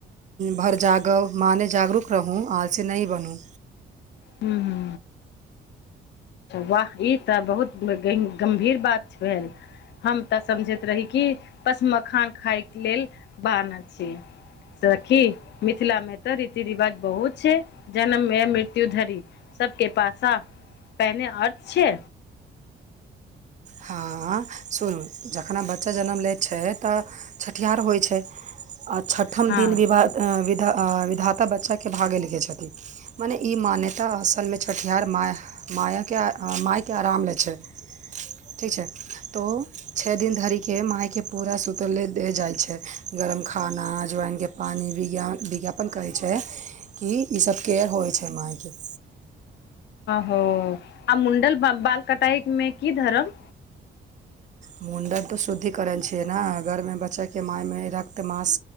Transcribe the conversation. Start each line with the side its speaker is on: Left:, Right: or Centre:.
Right: भर जागब मनेे जागरूक रहू आलसी नहि बनू
Left: हूँ हूँ वाह ई तऽ बहुत गहिं गम्भीर बात भेल हम तऽ समझैत रही कि बस मखान खायके लेल बाहाना छीय सखी मिथिला मे तऽ रीति रिवाज बहुत छै जनम से मृत्यु धरि सबके पासा पेने अर्थ छै
Right: हँ सुनू जखन बच्चा जनम लै छै तऽ छठिहार होइ छै आ छठम
Left: हँ
Right: दिन विभ विध विधाता बच्चाकेँ भागय लखै छथिन मने ई मान्यता असलमे छटिहार म मायाके मायके आराम लै छै ठीक छै तऽ छओ दिन धरिके माायके पूरा सूतलले दे जाइत छै गरम खाना ज्वइनके पानी विज्ञापन करै छै कि ईसभ केयर होइ छै माइ के
Left: ह आ मुंडल बालकटाई मे की धरम
Right: मुण्डन तऽ शुद्धिकरण छियै ने अ घरमे बच्चाके मायमे रक्त मास